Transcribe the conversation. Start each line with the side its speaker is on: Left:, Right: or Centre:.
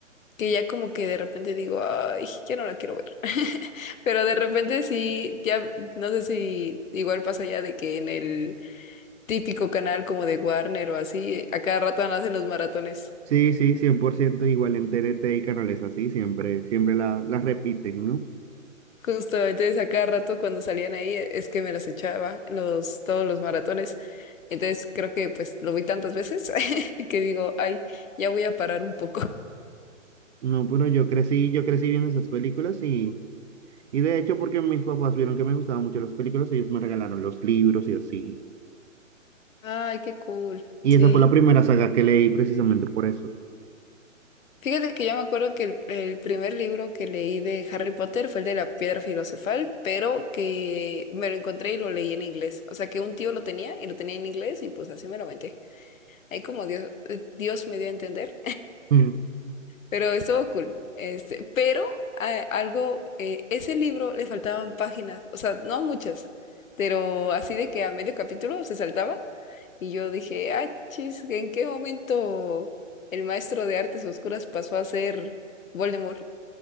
Left: que ya como que de repente digo, ay, ya no la quiero ver. <laughs> Pero de repente sí, ya, no sé si igual pasa ya de que en el típico canal como de Warner o así, a cada rato hacen los maratones.
Right: Sí, sí, 100% igual en T N T y canales así, siempre, siempre la- las repiten, ¿no?
Left: Justo, entonces a cada rato cuando salían ahí e- es que me los echaba, los, todos los maratones. Entonces creo que pues lo vi tantas veces <laughs> que digo, ay, ya voy a parar un poco.
Right: No, pero yo crecí, yo crecí viendo esas películas y, y de hecho porque mis papás vieron que me gustaban mucho las películas, ellos me regalaron los libros y así.
Left: Ay, qué cool.
Right: Y
Left: Sí.
Right: esa fue la primera saga que leí precisamente por eso.
Left: Fíjate que yo me acuerdo que el, el primer libro que leí de Harry Potter fue el de la Piedra Filosofal, pero que me lo encontré y lo leí en inglés. O sea que un tío lo tenía y lo tenía en inglés y pues así me lo aventé. Ahí como Dios, eh, Dios me dio a entender.
Right: <laughs>
Left: pero estuvo cool. Este, pero a- algo, eh, ese libro le faltaban páginas, o sea, no muchas, pero así de que a medio capítulo se saltaba y yo dije, ah, chis, ¿en qué momento el maestro de artes oscuras pasó a ser Voldemort?